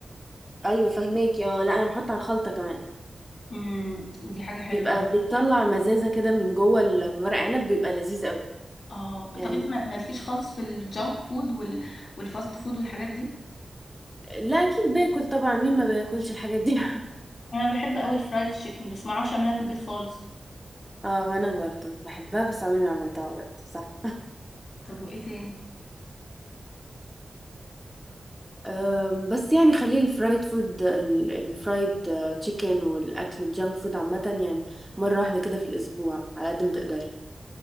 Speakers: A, in the centre; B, on the left (about 75°).
A: ايوه فهماك اه لا انا بحط على الخلطه كمان
B: امم دي حاجه حلوه
A: بيبقى
B: دي
A: بيطلع مزازه كده من جوه الورق عنب بيبقى لذيذ قوي
B: اه
A: يعني
B: طب انت ما- مالكيش خالص في الجانك فود وال... والفاست فود والحاجات دي
A: لا اكيد باكل طبعا مين ما بياكلش الحاجات دي <laughs>
B: انا بحب قوي الفرايد تشيكن بس ما اعرفش اعملها في البيت خالص
A: اه وانا برضه بحبها بس عمري ما عملتها برضه صح
B: طب وايه تاني
A: أم، بس يعني خليه الفرايد فود ال- الفرايد آه، تشيكن والاكل الجانك فود عامه يعني مره واحده كده في الاسبوع على قد ما تقدري